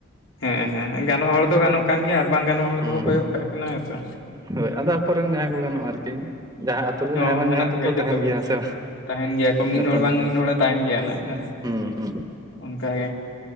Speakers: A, on the left; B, on the right.
A: ᱦᱮᱸ ᱦᱮᱸ ᱜᱟᱱᱚᱜ ᱦᱚᱲ ᱫᱚ ᱜᱟᱱᱚᱜ ᱠᱟᱱ ᱜᱮᱭᱟ ᱟᱨ ᱵᱟᱝ ᱜᱟᱱᱚᱜ ᱦᱚᱲ
B: ᱦᱩᱸ
A: ᱫᱚᱠᱚ ᱠᱚᱭᱚᱜ ᱠᱟᱜ ᱠᱟᱱᱟ ᱦᱮᱸᱥᱮ,
B: ᱦᱳᱭ ᱟᱫᱚ ᱟᱠᱚᱨᱮᱱ ᱡᱟᱦᱟᱸᱭ ᱠᱚ ᱜᱟᱱᱚᱜᱼᱟ ᱟᱨᱠᱤ ᱡᱟᱦᱟᱸᱭ ᱟᱛᱳ ᱨᱮ
A: ᱦᱚᱸ
B: ᱡᱟᱦᱟᱸᱭ ᱵᱟᱝ
A: ᱢᱮᱱᱟᱜ
B: ᱡᱟᱦᱟᱸᱭ ᱫᱚᱠᱚ
A: ᱠᱚᱜᱮᱭᱟ ᱡᱚᱛᱚ
B: ᱛᱟᱦᱮᱱ ᱜᱮᱭᱟ
A: ᱜᱮ
B: ᱦᱮᱸ ᱥᱮ,
A: ᱛᱟᱦᱮᱱ ᱜᱮᱭᱟ ᱠᱚ ᱢᱤᱫ
B: ᱡᱚᱛᱚ
A: ᱦᱚᱲ ᱵᱟᱝ
B: ᱞᱮᱠᱟᱱ
A: ᱢᱤᱫ ᱦᱚᱲᱮ ᱛᱟᱦᱮᱱ ᱜᱮᱭᱟ ᱱᱟᱜ
B: ᱦᱩᱸ ᱦᱩᱸ
A: ᱚᱱᱠᱟᱜᱮ,